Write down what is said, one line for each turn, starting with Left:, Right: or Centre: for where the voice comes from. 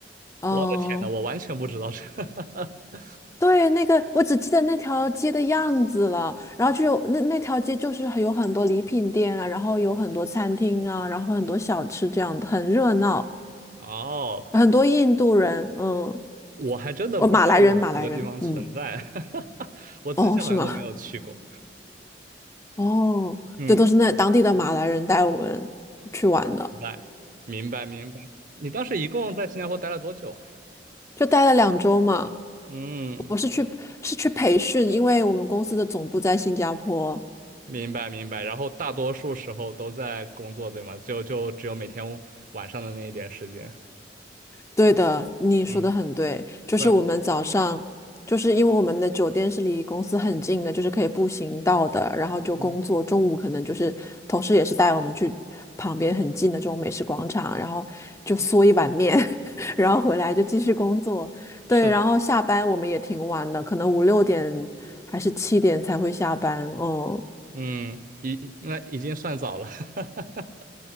Left: 嗯，
Right: 我的天呐，我完全不知道这。<laughs>
Left: 对，那个我只记得那条街的样子了，然后就有那那条街就是很有很多礼品店啊，然后有很多餐厅啊，然后很多小吃这样的，很热闹，
Right: 哦，
Left: 很多印度人，嗯。
Right: 我还真的不知道有这么个地方存在，
Left: 哦，马来人，马来人，嗯，
Right: <laughs> 我自己好像都没有去过。
Left: 哦，是吗？哦，
Right: 嗯，
Left: 这都是那当地的马来人带我们去玩的，
Right: 明白，明白，明白。你当时一共在新加坡待了多久啊？
Left: 就待了两周嘛。
Right: 嗯，
Left: 我是去是去培训，因为我们公司的总部在新加坡，
Right: 明白明白。然后大多数时候都在工作，对吗？就就只有每天晚上的那一点时间。
Left: 对的，你说的很对，
Right: 嗯，
Left: 就是我们早上，
Right: 怪不得。
Left: 就是因为我们的酒店是离公司很近的，就是可以步行到的，然后就工作。
Right: 嗯。
Left: 中午可能就是同事也是带我们去旁边很近的这种美食广场，然后就嗦一碗面，
Right: <laughs>
Left: <laughs> 然后回来就继续工作。对，
Right: 是的，
Left: 然后下班我们也挺晚的，可能五六点还是七点才会下班。哦
Right: 嗯，已那已经算早了，<laughs>